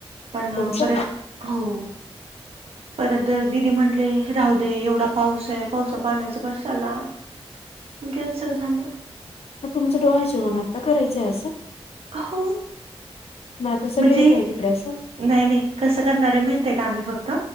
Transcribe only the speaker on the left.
तुमचं
मग तुमचा डोहाळ जेवण आता करायचंय, असं.
मग आता सगळे
येत आहे तिकडे असं